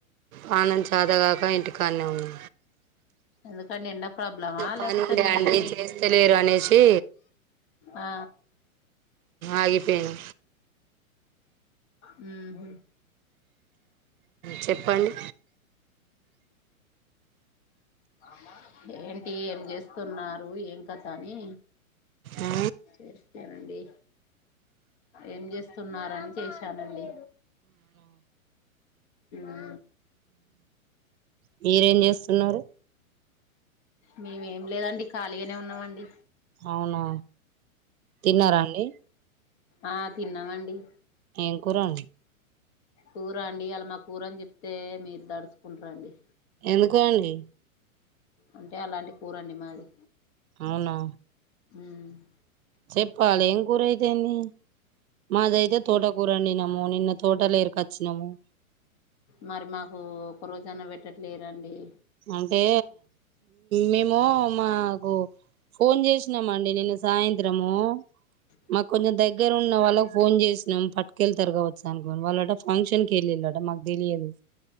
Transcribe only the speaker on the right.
ఆ ఆనంద్ చాతగాక ఇంటికాన్నే ఉన్నా
పని
ఉండే
అండి చేస్తలేరు అనేసి
ఆగిపోయాను
చెప్ప అండి
ఆ
మీరే ఎమ్ చేస్తు ఉన్నారు
అవునా తిన్నారా అండి
ఏం కురా అన్
ఎందుకో అండి.
అవునా!
చెప్పాలె ఏం కూర అయితేన్దీ? మాది అయితే తోటకూరండినం
ఒ నిన్న తోటలో ఏర్కొచ్చినము.
అంటే మేము మాకు, ఫోన్ చేసినామండి. నిన్న సాయంత్రము.
మాకు కొంచెం దగ్గర ఉన్న వాళ్ళకి ఫోన్ చేసినం. పట్టుకెళ్ళతర్కగావచ్చు అనుకోని, వాళ్ళంట ఫంక్షన్కి ఎల్లిండట మాకదేలియాదు.